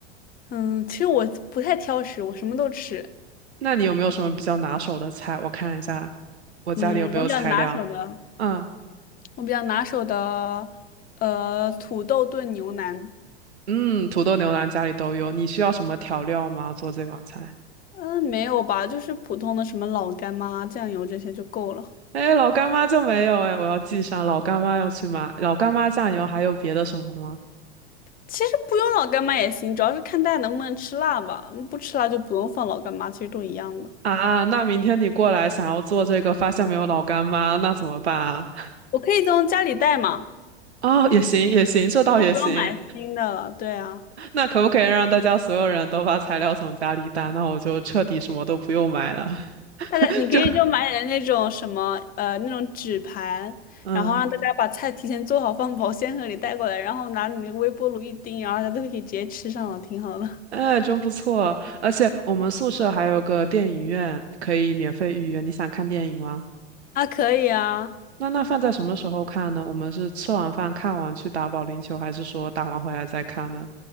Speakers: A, on the left; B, on the right.
A: 嗯，其实我不太挑食，我什么都吃。
B: 那你有没有什么比较拿手的菜？我看一下，我家里有没有材料？
A: 嗯，我比较拿手的，
B: 嗯
A: 我比较拿手的，呃，土豆炖牛腩。
B: 嗯，土豆牛腩家里都有。你需要什么调料吗？做这碗菜？
A: 嗯，没有吧，就是普通的什么老干妈、酱油这些就够了。
B: 哎，老干妈就没有哎，我要记上。老干妈要去买，老干妈酱油还有别的什么吗？
A: 其实不用老干妈也行，主要是看大家能不能吃辣吧。嗯不吃辣就不用放老干妈，其实都一样的。
B: 啊，那明天你过来想要做这个，发现没有老干妈，那怎么办啊？
A: 我可以从家里带嘛，
B: 哦，也行也行，这倒也行。
A: 就不用买新的了。对啊。
B: 那可不可以让大家所有人都把材料从家里带？那我就彻底什么都不用买了，<laughs>
A: 它的你可以就买点那种什么呃那种纸盘，
B: 就嗯，
A: 然后让大家把菜提前做好，放保鲜盒里带过来，然后拿你那个微波炉一叮，然后大家都可以直接吃上了，挺好的。
B: 哎，真不错。而且我们宿舍还有个电影院，可以免费预约。你想看电影吗？
A: <laughs> 啊，可以啊，
B: 那那放在什么时候看呢？我们是吃完饭看完去打保龄球，还是说打完回来再看呢？